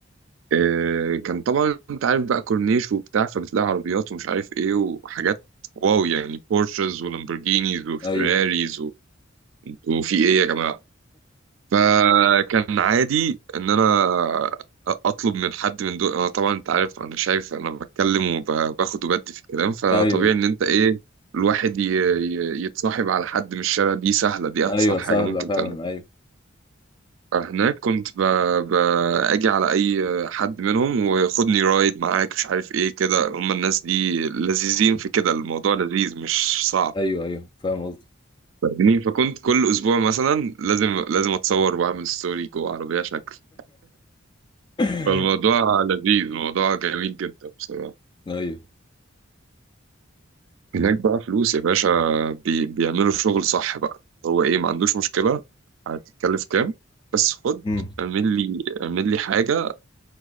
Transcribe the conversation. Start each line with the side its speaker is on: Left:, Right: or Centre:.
Right: آه، كان طبعا أنت عارف بقى كورنيش وبتاع فبتلاقي عربيات ومش عارف إيه وحاجات واو يعني بورشز ولامبورجينيز وفيراريز
Left: ايوه
Right: و... انتوا في إيه يا جماعة فكان عادي ان انا اطلب من حد من دول انا طبعا انت عارف انا شايف انا بتكلم وباخد وبدي في الكلام فطبيعي
Left: ايوه ايوه
Right: ان انت ايه الواحد ي- ي- يتصاحب على حد من الشارع دي سهله دي اسهل
Left: ايوه
Right: حاجه
Left: سهله
Right: ممكن
Left: فعلا
Right: تعملها
Left: ايوه
Right: فهناك كنت ب... ب... اجي على اي حد منهم وخدني رايد معاك مش عارف ايه كده هم الناس دي لذيذين
Left: مم.
Right: في كده الموضوع لذيذ مش صعب
Left: ايوه ايوه فاهم قصدي
Right: فاهمني فكنت كل اسبوع مثلا لازم لازم اتصور واعمل ستوري جوه عربيه شكل
Left: <laughs>
Right: فالموضوع لذيذ الموضوع جميل جدا بصراحة
Left: ايوه
Right: هناك بقى فلوس يا باشا بي... بيعملوا الشغل صح بقى هو ايه ما عندوش مشكلة هتتكلف كام بس خد
Left: امم
Right: اعمل لي اعمل لي حاجة